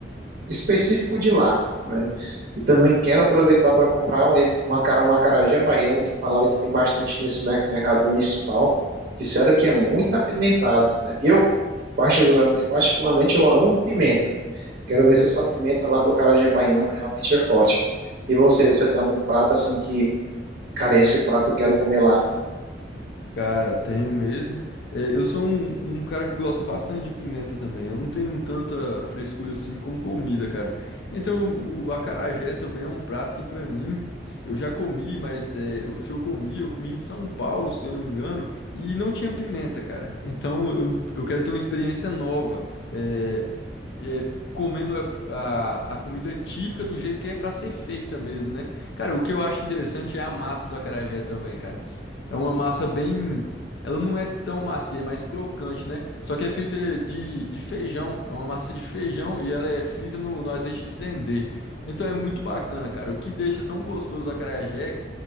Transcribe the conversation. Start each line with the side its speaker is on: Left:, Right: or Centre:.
Right: específico de lá, né? E também quero aproveitar para comprar um, uma, cara- um acarajé baiano, que falaram que tem bastante nesse merc- mercado municipal. Disseram que é muito apimentado, né? Eu, particularmente, particularmente, eu amo pimenta. Quero ver se essa pimenta lá do acarajé baiano realmente é forte. E você, você tem algum prato assim que, cara, esse prato eu quero comer lá?
Left: Cara, tenho mesmo. É, eu sou um, um cara que gosta bastante de pimenta também. Eu não tenho tanta frescura assim com comida, cara. Então, o acarajé também é um prato que, pra mim, eu já comi, mas é, o que eu comi, eu comi em São Paulo, se eu não me engano, e não tinha pimenta, cara. Então, eu, eu quero ter uma experiência nova. É, é, comendo a, a, a comida típica do jeito que é pra ser feita mesmo, né? Cara, o que eu acho interessante é a massa do acarajé também, cara. É uma massa bem. Ela não é tão macia, é mais crocante, né? Só que é feita de, de feijão. É uma massa de feijão e ela é frita no, no azeite de dendê. Então é muito bacana, cara. O que deixa tão gostoso a acarajé,